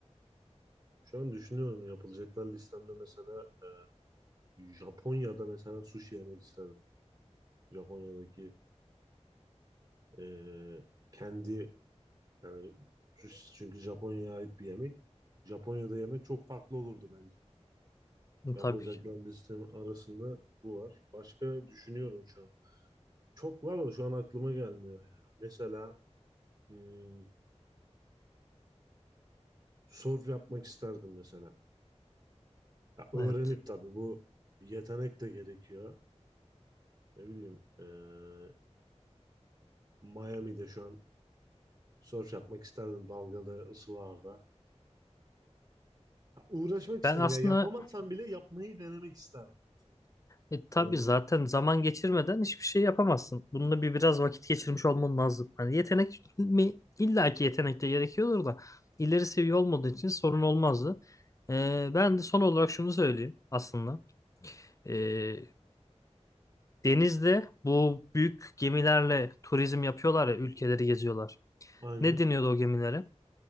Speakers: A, on the right; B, on the left.
A: Şu an düşünüyorum yapılacaklar listemde mesela e, Japonya'da mesela sushi yemek isterdim. Japonya'daki e, kendi yani sushi çünkü Japonya'ya ait bir yemek. Japonya'da yemek çok farklı olurdu bence.
B: Hı,
A: Yapılacaklar
B: Tabii ki.
A: listem arasında bu var. Başka düşünüyorum şu an. Çok var da şu an aklıma gelmiyor ya. Mesela hmm, surf yapmak isterdim mesela. Ya öğrenip
B: Evet.
A: tabii bu bir yetenek de gerekiyor. Ne bileyim eee, Miami'de şu an surf yapmak isterdim dalgalı ısılarda. Ya uğraşmak isterdim
B: Ben aslında
A: ya yapamazsam bile yapmayı denemek isterdim mesela.
B: e, tabii
A: Öyle-
B: zaten zaman geçirmeden hiçbir şey yapamazsın. Bununla bir biraz vakit geçirmiş olman lazım. Hani yetenek mi? İlla ki yetenek de gerekiyordur da ileri seviye olmadığı için sorun olmazdı. Ee, ben de son olarak şunu söyleyeyim aslında. E, denizde bu büyük gemilerle turizm yapıyorlar ya ülkeleri geziyorlar.
A: aynen.
B: Ne deniyordu o gemilere?